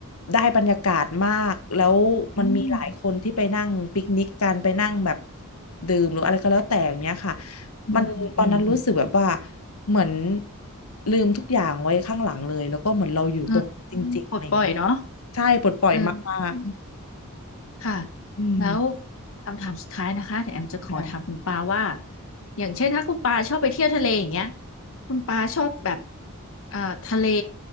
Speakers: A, on the left (about 75°); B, on the left (about 65°).
A: ได้บรรยากาศมาก แล้วมันมีหลายคนที่ไปนั่งปิกนิกกันไปนั่งแบบ
B: อืม
A: ดื่มหรืออะไรก็แล้วแต่อย่างเนี้ยค่ะ
B: อืมอืมอืม
A: มันตอนนั้นรู้สึกแบบว่าเหมือนลืมทุกอย่างไว้ข้างหลังเลย แล้วก็เหมือนเราอยู่ตรงจริงๆอะไรอย่างเงี้ย
B: เออปลดปล่อยเนาะ
A: ใช่ปลดปล่อยมาก
B: เออค่ะ
A: ๆอืม
B: แล้วคำถามสุดท้ายนะคะแแอมจะขอถามคุณปาว่า
A: ค่ะ
B: อย่างเช่นถ้าคุณปาชอบไปเที่ยวทะเลอย่างเงี้ยคุณปาชอบแบบเอ่อทะเล